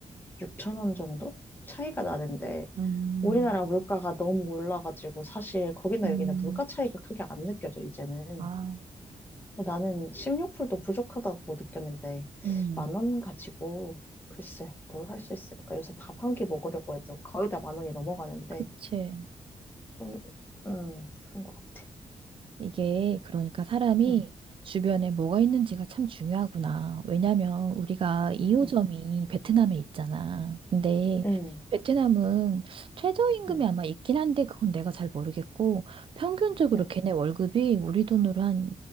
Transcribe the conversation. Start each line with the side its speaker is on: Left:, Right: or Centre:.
Left: 6천 원 정도? 차이가 나는데,
Right: 음,
Left: 우리나라 물가가 너무 올라가지고, 사실 거기나
Right: 음,
Left: 여기나 물가 차이가 크게 안 느껴져, 이제는.
Right: 아,
Left: 나는 16불도 부족하다고 느꼈는데,
Right: 음,
Left: 만 원 가지고, 글쎄, 뭘 할 수 있을까? 요새 밥 한 끼 먹으려고 해도 거의 다 만 원이 넘어가는데,
Right: 그치.
Left: 좀, 음, 그런 것 같아.
Right: 이게 그러니까 사람이
Left: 응,
Right: 주변에 뭐가 있는지가 참 중요하구나. 왜냐면 우리가 2호점이
Left: 응,
Right: 베트남에 있잖아. 근데
Left: 응,
Right: 베트남은 최저임금이
Left: 응,
Right: 아마 있긴 한데 그건 내가 잘 모르겠고 평균적으로
Left: 응,
Right: 걔네 월급이 우리 돈으로 한